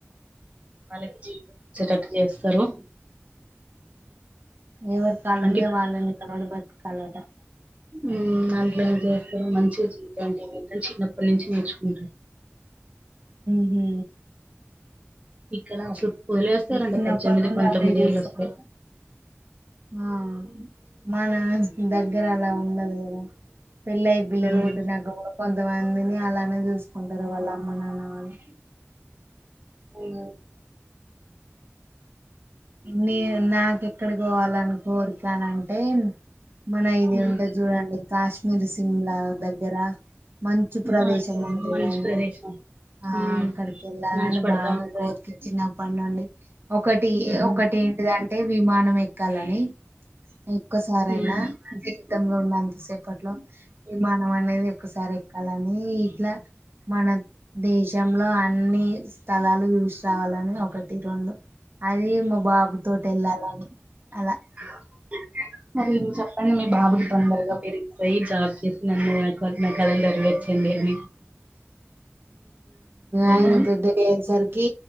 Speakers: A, on the right; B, on the right.
A: వాళ్ళకి జీవితంట చేస్తారు
B: ఎవరి కాళ్ళ
A: అంటే
B: మీద వాళ్ళని కలవడి బతు అలదా
A: ఉ అంత చేస్తారు మంచి అండికంట చిన్నప్పటి నుంచి నేర్చుకుంట
B: హూ
A: ఇక్కడ అసలు వదిలేస్తారంటడి
B: చిన్నప్పటి
A: పద్దెనిమిది
B: నుండి
A: పంతొమ్మిది
B: అవే చూస్తారు
A: ఏళ్ళు వస్తే
B: ఆ మా నాస్ దగ్గర అలా ఉండదు కదా పెళ్ళయ్య పిల్లలు
A: ఉమ్,
B: కొట్టినాక కూడా కొంతమందిని అలానే చూసుకుంటారు వాళ్ళ అమ్మ నాన్న వాళ్ళు
A: అవునా
B: నే నాకుెక్కడి పోవాలని కోరికనంటే మన ఇది
A: ఉమ్.
B: ఉంటుంది చూడండి కాశ్మీర్ సిమ్లా దగ్గర మంచు ప్రదేశం
A: ఆ ఇక్కడ
B: ఉంటాంది
A: మంచు
B: అడి
A: ప్రదేశం
B: ఆ
A: ఉమ్
B: అక్కడికి వెళ్ళాలని
A: మంచు పడతా
B: బాగా
A: ఉంటది
B: కోర్కొచ్చినప్పు పన్నండి ఒకటి
A: ఉహు
B: ఒకటి ఏంటిదంటే అంటే విమానం ఎక్కాలని ఎక్కువసార
A: ఉమ్
B: అయినా జీవితంలో ఉండేంతసేపట్లో మా అనం అనేది ఒక్కసారి ఎక్కాలని ఇట్లా మన దేశం అన్ని స్థలాలు చూ సి రావాలని ఒకటి రెంలో అది మా బాబు తోటి వెళ్ళాలని అలా
A: అ మరి చెప్పండి మీ బాబుకి తొందరగా పెరిగి పోయి జాబ్ చేసిన మ కలెండర్ వచ్చిండి అని లేదా
B: ఆయన పెద్ద వేసరికి